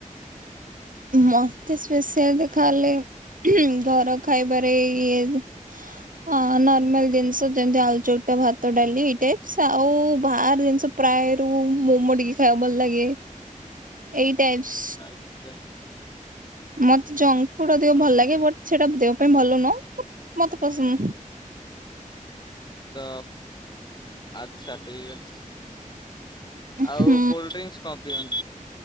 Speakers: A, on the right; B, on the left.
A: ମତେ ସ୍ପେଶିଆଲ ତ ଖାଲି ଘର ଖାଇବାରେ ଇଏ ହଁ ନର୍ମାଲ ଜିନିଷ ଯେମିତି ଆଳୁ ଚକଟା ଭାତ ଡାଲି ଏଇ ଟେପସ୍ ଆଉ ବାହାର ଜିନିଷ ପ୍ରାୟ ରୁ ମୋମୋ ଟିକେ ଖାଇବାକୁ ଭଲ ଲାଗେ ଏଇ ଟାଇପସ୍।
B: ଆଛା।
A: ମତେ ଜଙ୍କ୍ ଫୁଡ୍ ଅଧିକ
B: ହୁଁ
A: ଭଲ ଲାଗେ ବଟ୍ ସେଇଟା ଦେହ ପାଇଁ ଭଲ ନୁହଁ ବଟ୍ ମତେ ପସନ୍ଦ।
B: ତ ଆଛା ଠିକ୍ ଅଛି। ଆଉ
A: ହୁଁ
B: କୋଲଡ୍ରିଙ୍କସ୍ କଁ ପିଅନ